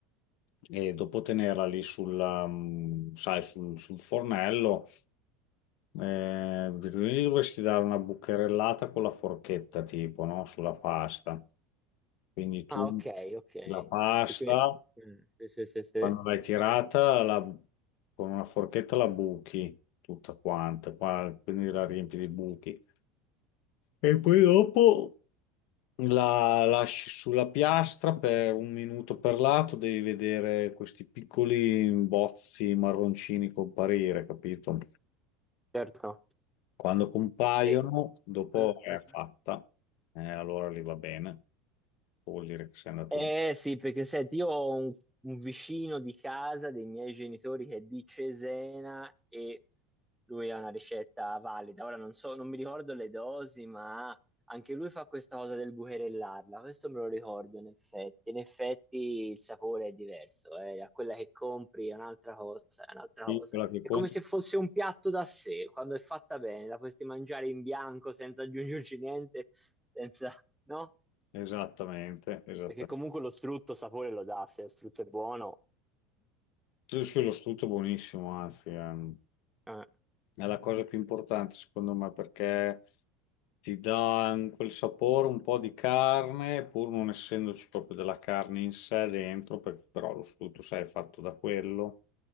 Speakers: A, on the left; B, in the centre.
A: e dopo tenerla lì sulla, mm, sai, sul, sul fornello, eh, gli dovresti dare una bucherellata con la forchetta tipo, no? Sulla pasta. Quindi tu
B: Ah, ok, ok.
A: la pasta
B: Perché... mm, sì, sì, sì, sì.
A: quando l'hai tirata la- con una forchetta la buchi tutta quanta, qua- quindi la riempi di buchi. E poi dopo la lasci sulla piastra per un minuto per lato, devi vedere questi piccoli bozzi marroncini comparire, capito?
B: Certo.
A: Quando compaiono,
B: E...
A: dopo
B: Ah,
A: è
B: ah,
A: fatta,
B: ah.
A: Eh, allora lì va bene, vuol dire che sei andato
B: Eh
A: bene.
B: sì, perché senti, io ho un, un vicino di casa dei miei genitori che è di Cesena e lui ha una ricetta valida. Ora non so, non mi ricordo le dosi, ma anche lui fa questa cosa del bucherellarla. Questo me lo ricordo in effetti. In effetti il sapore è diverso, eh. A quella che compri è un'altra cosa, è un'altra
A: Piccola
B: cosa.
A: che conti.
B: È come se fosse un piatto da sé, quando è fatta bene, la potresti mangiare in bianco senza aggiungerci niente, senza, no?
A: Esattamente, esattamente.
B: Perché comunque lo strutto sapore lo dà, se lo strutto è buono.
A: Sì, sì, lo strutto è buonissimo, anzi, ehm,
B: eh.
A: è la cosa più importante secondo me perché ti dà un- quel sapore un po' di carne, pur non essendoci proprio della carne in sé dentro, per- però lo strutto, sai, è fatto da quello,